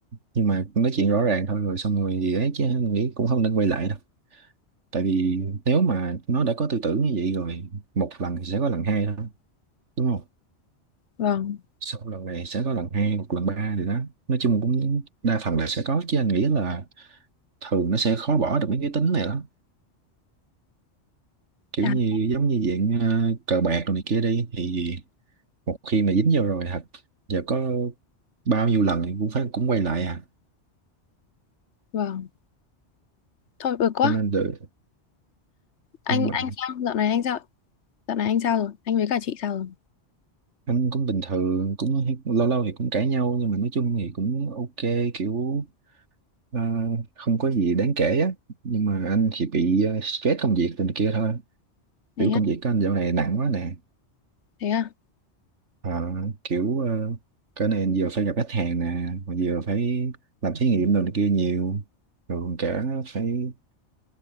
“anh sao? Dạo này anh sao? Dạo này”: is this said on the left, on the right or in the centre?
Left